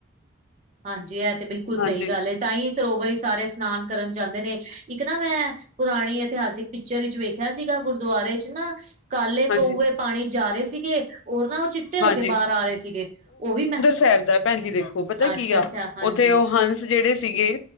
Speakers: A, on the right; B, on the left.
A: ਹਾਂਜੀ, ਇਹ ਤੇ ਬਿਲਕੁਲ
B: ਹਾਂਜੀ
A: ਸਹੀ ਗੱਲ ਤਾਂ ਹੀ ਸਰੋਵਰ ਹੀ ਸਾਰੇ ਇਸ਼ਨਾਨ ਕਰਨ ਜਾਂਦੇ ਨੇ ਇੱਕ ਨਾ ਮੈਂ ਪੁਰਾਣੀ ਇਤਿਹਾਸਿਕ ਪਿਕਚਰ ਵਿੱਚ ਵੇਖਿਆ ਸੀਗਾ, ਗੁਰਦੁਆਰੇ ਚ ਨਾ ਕਾਲੇ
B: ਹਾਂਜੀ
A: ਕੌਏ ਪਾਣੀ ਜਾ ਰਹੇ ਸੀਗੇ, ਔਰ ਨਾ ਉਹ ਚਿੱਟੇ ਹੋ
B: ਹਾਂਜੀ
A: ਕੇ ਬਾਹਰ ਆ ਰਹੇ ਸੀਗੇ ਉਹ ਵੀ ਮੈਂ
B: ਸਾਹਿਬ ਦਾ ਭੈਣਜੀ ਦੇਖੋ ਪਤਾ
A: ਅੱਛਾ-ਅੱਛਾ
B: ਕੀ ਆ,
A: ਹਾਂਜੀ
B: ਉੱਥੇ ਉਹ ਹੰਸ ਜਿਹੜੇ ਸੀਗੇ